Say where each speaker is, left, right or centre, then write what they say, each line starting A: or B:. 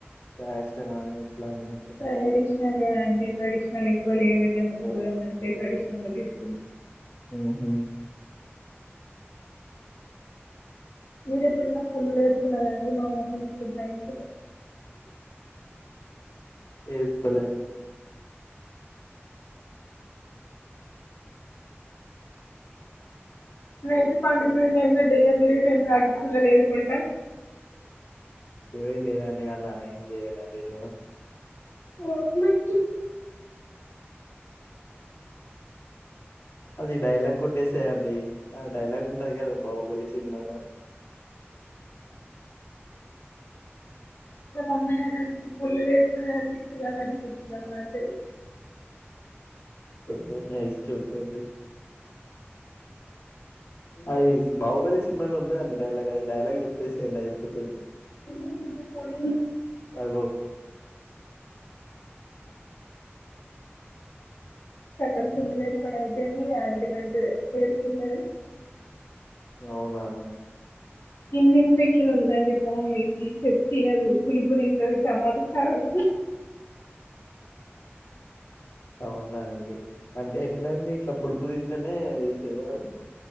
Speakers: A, on the left; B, on the left.
A: ఫ్యాషన్ ఎట్లా అన్నట్టు
B: ట్రెడిషనల్ అండి ట్రెడిషనల్ వాళ్ళు ఏం ఏటన్న పోదాం అంటే ట్రెడిషనగా తీసుకుం
A: ఉహ్
B: మీది ఎప్పుడన్న పల్లెరుకున్నారండి. మా మమ్మీ గుడ్ నైట్ పూట
A: ఏస్కోలేద్
B: నైట్ పండుకునే టైం ల దయ్యాలు తిరిగే టైం ల అగ్గిపుల్లలు ఏరుకుంటా
A: అదేం లేదండి అలా ఏం చెయ్యను నేను
B: మా మమ్మీకి
A: అది డైలాగ్ కొట్టేసా అండి. ఆ డైలాగ్ ఉంటది గాదా బాహుబలి సినిమాల
B: మా మమ్మి డాడీ పుల్లేరుకునే దానికి పిచ్చిదాన్ని అనుకుంటున్నావా అంటది.
A: పొద్దున్నే నైస్ జోక్ అండి. అది బాహుబలి సినిమాలో ఉంటదండి. డైలాగ్ అది డైలాగ్ చెప్పేసేయండి. అయిపోతది
B: అంటది.
A: అగో
B: సకం పుల్లలు ఎరుకునేది అయితే ఏందీ ఆంట్మెంట్ ఏరుకున్నది.
A: అవునా
B: స్కిన్ ఇన్ఫెక్షన్ ఉందండి మా మమ్మీకి చెప్తే తినదు పులుపు తింటది టమాటా కారం
A: అవునా అండి అంటే ఎట్లా అండి ఇట్లా పులుపు తింటేనే <unintelligible>